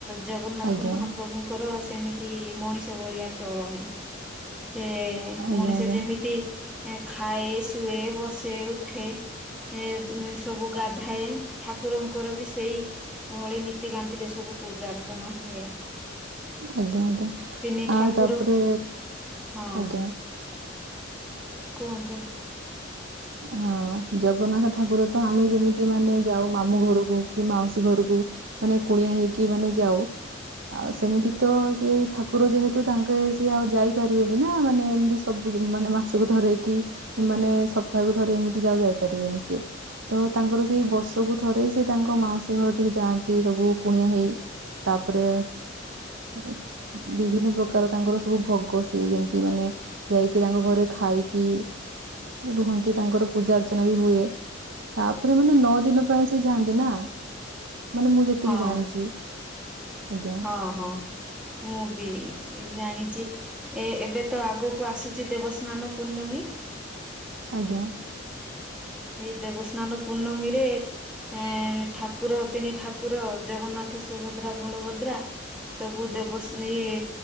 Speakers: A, in the centre; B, on the right (about 70°).
A: ଜଗନ୍ନାଥ
B: ଆଜ୍ଞା
A: ମହାପ୍ରଭୁଙ୍କର ସେମିତି ମଣିଷ ଯଉ ଭଳିଆ ଚଳଣି ସେ
B: ଆଜ୍ଞା
A: ମଣିଷ
B: ଆଜ୍ଞା
A: ଯେମିତି ଏ ଖାଏ ଶୁଏ ବସେ ଉଠେ ଏ ସବୁ ଗାଧାଏ ଠାକୁରଙ୍କର ବି ସେଇ ଭଳି ନୀତିକାନ୍ତି ରେ ସବୁ ପୂଜା ଅର୍ଚ୍ଚନା ହୁଏ।
B: ଆଜ୍ଞା ଆଜ୍ଞା।
A: ତିନି ଠାକୁର
B: ଆଉ ତାପରେ
A: ହଁ
B: ଆଜ୍ଞା।
A: କୁହନ୍ତୁ?
B: ହଁ ଜଗନ୍ନାଥ ଠାକୁର ତ ଆମେ ଯେମିତି ମାନେ ଯାଉ ମାମୁଁ ଘରକୁ କି ମାଉସୀ ଘରକୁ ମାନେ କୁଣିଆଁ ହେଇକି ମାନେ ଯାଉ। ଆଉ ସେମିତି ତ ସେ ଠାକୁର ଯେହେତୁ ତାଙ୍କେ ସିଏ ଆଉ ଯାଇପାରିବେନି ନା ମାନେ ଏମିତି ସ ସବୁ ଦିନ ମାନେ ମାସକୁ ଥରେ କି ମାନେ ସପ୍ତାହକୁ ଥରେ ଏମିତି ସିଏ ଯାଇପାରିବେନି ସିଏ। ତ ତାଙ୍କର ସେଇ ବର୍ଷକୁ ଥରେ ସେ ତାଙ୍କ ମାଉସୀ ଘର ଠିକି ଯାଆନ୍ତି ସବୁ କୁଣିଆ ହେଇ। ତାପରେ ଉଁ। ବିଭିନ୍ନ ପ୍ରକାର ତାଙ୍କର ସବୁ ଭୋଗ ସିଏ ଯେମିତି ମାନେ ଯାଇକି ତାଙ୍କ ଘରେ ଖାଇକି ରୁହ କି ତାଙ୍କର ପୂଜା ଅର୍ଚ୍ଚନା ବି ହୁଏ ତାପରେ ମାନେ ନଅ ଦିନ ପାଇଁ ସେ ଯାଆନ୍ତି ନା? ମାନେ ମୁଁ ଯେତିକି
A: ହଁ
B: ଜାଣିଛି ଆଜ୍ଞା।
A: ହଁ ହଁ। ମୁଁ ବି ଜାଣିଛି ଏ ଏବେ ତ ଆଗକୁ ଆସୁଛି ଦେବସ୍ନାନ ପୂର୍ଣ୍ଣମୀ।
B: ଆଜ୍ଞା।
A: ହଁ ସେଇ ଦେବସ୍ନାନ ପୂର୍ଣ୍ଣମୀରେ ଏ ଠାକୁର ତିନି ଠାକୁର ଜଗନ୍ନାଥ ସୁଭଦ୍ରା ବଳଭଦ୍ରା। ସବୁ ଦେବ ଇଏ